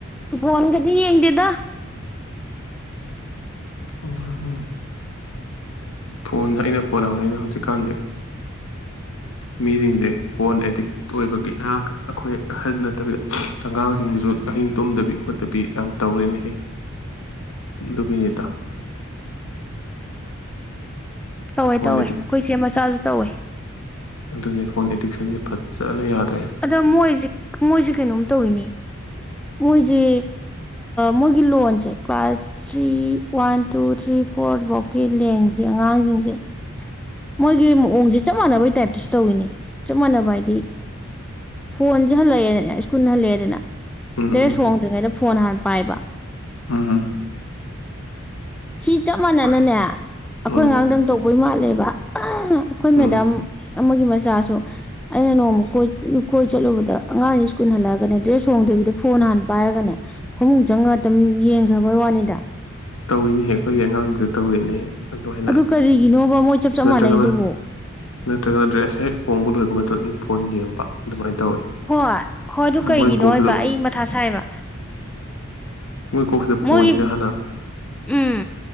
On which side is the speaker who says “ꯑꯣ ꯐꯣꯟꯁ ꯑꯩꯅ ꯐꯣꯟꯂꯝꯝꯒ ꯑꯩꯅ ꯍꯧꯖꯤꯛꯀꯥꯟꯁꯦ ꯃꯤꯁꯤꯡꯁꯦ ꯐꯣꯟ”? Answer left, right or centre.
Left